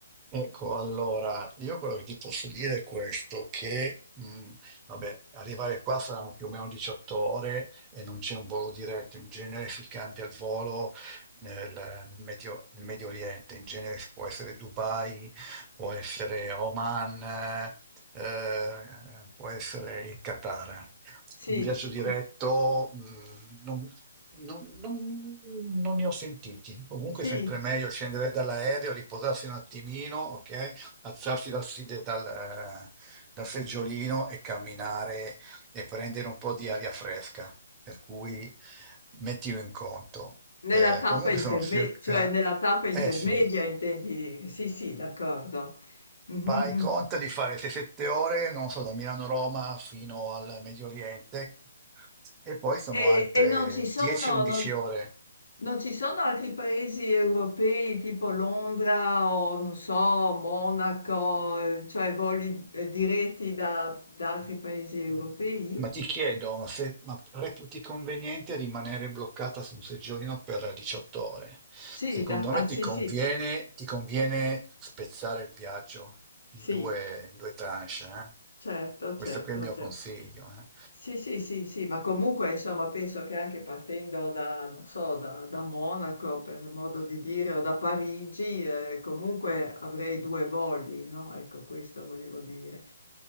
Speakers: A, on the right (about 20°); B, on the left (about 80°).
A: Ecco, allora, io quello che ti posso dire è questo, che mh, vabbè, arrivare qua saranno più o meno 18 ore e non c'è un volo diretto, in genere si cambia il volo nel, nel Medio, nel Medio Oriente, in genere si- può essere Dubai, può essere Oman, eh, può essere il Qatar.
B: Sì,
A: Un viaggio diretto,
B: cu-
A: mh, non- non, non- non ne ho sentiti. Comunque
B: sì,
A: è sempre meglio scendere dall'aereo, riposarsi un attimino, ok? Alzarsi dal, side- dal, eh, dal seggiolino e camminare e prendere un po' di aria fresca. Per cui mettilo in conto.
B: nella
A: Eh,
B: tappa
A: comunque
B: interme-
A: sono circa,
B: cioè nella tappa intermedia
A: eh sì,
B: intendi dire, sì, sì, d'accordo. Mhm,
A: fai
B: mhm.
A: conto di fare 6-7 ore, non so, da Milano a Roma fino al Medio Oriente e poi sono
B: E,
A: altre
B: e non ci sono,
A: 10-11
B: non,
A: ore
B: non ci sono altri paesi europei tipo Londra o non so, Monaco, eh, cioè voli eh, diretti da, da altri paesi europei?
A: Ma ti chiedo, ma, se, ma reputi conveniente rimanere bloccata su un seggiolino per 18 ore? Secondo
B: Sì, da- ah,
A: me ti
B: sì,
A: conviene,
B: sì,
A: ti conviene spezzare il viaggio
B: sì.
A: in due, in due tranche, eh?
B: Certo,
A: Questo
B: certo,
A: qui è il mio
B: cer
A: consiglio, eh?
B: Sì, sì, sì, sì, ma comunque insomma penso che anche partendo da, non so, da, da Monaco per modo di dire o da Parigi, eh, comunque avrei due voli, no? Ecco, questo volevo dire.